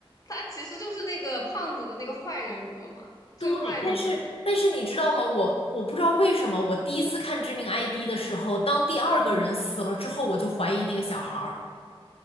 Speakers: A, on the left; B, on the left.
A: 他其实就是那个胖子的那个坏人格嘛，最坏的那个，
B: 对，但是但是你知道吗？我我不知道为什么，我第一次看《致命 ID》的时候，当第二个人死了之后，
A: 嗯，
B: 我就怀疑那个小孩儿。